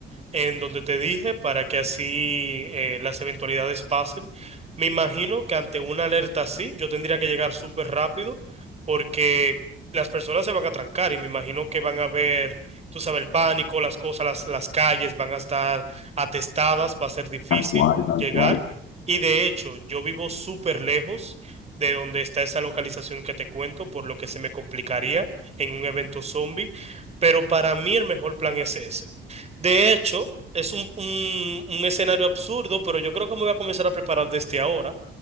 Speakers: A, on the right; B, on the left.
A: en donde te dije para que así eh, las eventualidades pasen. Me imagino que ante una alerta así, yo tendría que llegar súper rápido porque las personas se van a trancar y me imagino que van a ver, tú sabes, el pánico, las cosas, las, las calles van a estar atestadas, va a ser difícil
B: tal cual, tal
A: llegar.
B: cual.
A: Y de hecho, yo vivo súper lejos de donde está esa localización que te cuento, por lo que se me complicaría en un evento zombie, pero para mí el mejor plan es ese. De hecho, es un, un- un escenario absurdo, pero yo creo que me voy a comenzar a preparar desde ahora